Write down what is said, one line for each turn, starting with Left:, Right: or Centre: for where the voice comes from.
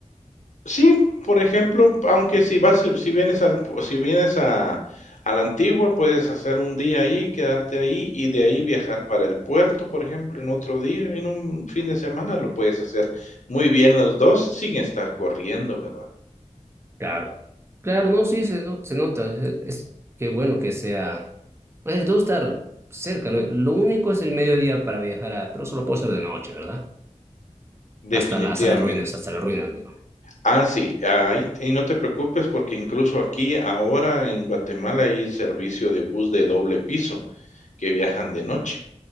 Left: Sí, por ejemplo, aunque si vas, si vienes al, pu- si vienes a, a la antigua, puedes hacer un día ahí, quedarte ahí y de ahí viajar para el puerto, por ejemplo, en otro día, en un fin de semana lo puedes hacer muy bien los dos sin estar corriendo, ¿verdad?
Right: Claro, claro, no, sí, se, no- se nota. Es, es- qué bueno que sea. eh, todo estar cerca. Lo, lo único es el mediodía para viajar a. Pero solo puedo hacer de noche, ¿verdad? Hasta
Left: Definitivamente.
Right: las, hasta las ruinas, hasta las ruinas, digo.
Left: Ah, sí, ahí, y no te preocupes porque incluso aquí ahora en Guatemala hay servicio de bus de doble piso que viajan de noche.